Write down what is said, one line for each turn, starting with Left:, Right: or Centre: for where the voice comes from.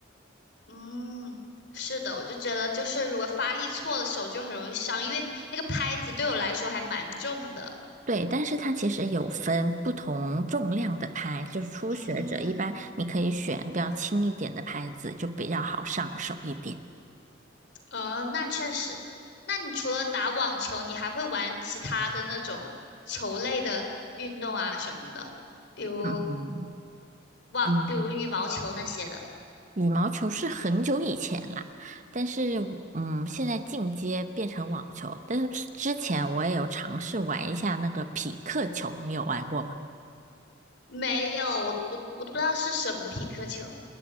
Left: 嗯，是的，我就觉得就是如果发力错了，手就很容易伤，因为那个拍子对我来说还蛮重的。
Right: 对，但是它其实有分不同重量的拍，就是初学者一般你可以选比较轻一点的拍子，
Left: 嗯，
Right: 就比较好上手一点。
Left: 呃，那确实。那你除了打网球，你还会玩其他的那种球类的运动啊什么的，比如
Right: 嗯
Left: 网，
Right: 嗯，
Left: 比如羽毛球那些的。
Right: 羽毛球是很久以前啦，但是我嗯，现在进阶变成网球，但是之之前我也有尝试玩一下那个匹克球，你有玩过吗？
Left: 没有，我我我都不知道是什么皮克球。